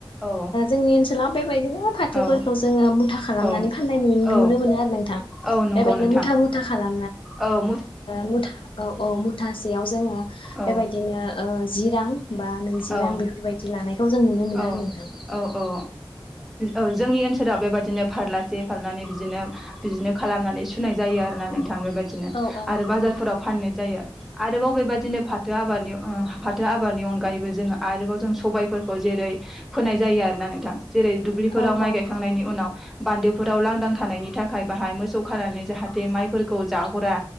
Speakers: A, in the centre; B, on the left (about 75°).
A: औ
B: जोंनि ओनसोलाव बेबायदिनो फाथोफोरखौ
A: औ
B: जोङो मुथा खालामनानै
A: औ
B: फाननाय
A: औ
B: नुनो मोनो आरो नोंथां
A: औ नंगौ
B: बेबायदिनो
A: नोंथां
B: मुथा मुथा खालाम
A: औ
B: मुथा औ औ मुथासेयाव जोङो
A: औ
B: बेबायदिनो जि रां बा नै बेसे
A: औ
B: रां बेफोरबायदि लानायखौ जों नुनो मोनो
A: औ
B: आरो नोंथां।
A: औ औ औ जोंनि ओनसोलाव बेबादिनो फारलासे खारनानै बिदिनो बिदिनो खालामनानै सुनाय जायो आरोना नोंथां थां बेबायदिनो
B: औ औ
A: आरो
B: नंगौ
A: बाजारफोराव
B: नोंथां
A: फाननाय जायो। आरोबाव बेबायदिनो फाथो आबादनि फाथो आबादनि अनगायैबो जोङो आरोबाव जों सबायफोरखौ जे जेरै फोनाय जायो आरो ना नोंथां जेरै दुब्लिफोराव
B: औ
A: माइ
B: औ
A: गायखांनायनि उनाव बान्दोफोराव लांदां थानायनि थाखाय बाहाय मोसौ खानानै जाहाथे माइफोरखौ जाहरा